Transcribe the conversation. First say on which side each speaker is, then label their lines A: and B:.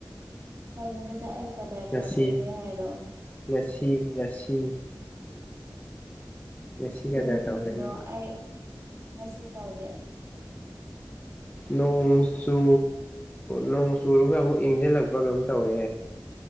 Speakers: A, on the right; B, on the left.
A: ꯀꯩ ꯅꯨꯃꯤꯠꯇ ꯑꯩ ꯐꯗꯔ ꯇꯧꯈ꯭ꯔꯒꯦ
B: ꯉꯁꯤ
A: ꯍꯥꯏꯔꯣ
B: ꯉꯁꯤ ꯉꯁꯤ ꯉꯁꯤ
A: ꯁꯤꯟꯊꯅꯣ
B: ꯀꯗꯔ ꯇꯧꯈ꯭ꯔꯦ ꯅꯪ
A: ꯑꯩ ꯃꯁꯤ ꯗꯦ
B: ꯅꯣꯡ ꯆꯨ ꯅꯣꯡ ꯆꯨꯔꯒ ꯑꯃꯨꯛ ꯏꯪꯖꯦ ꯂꯥꯛꯄ ꯒ ꯑꯃ ꯇꯧꯋꯦ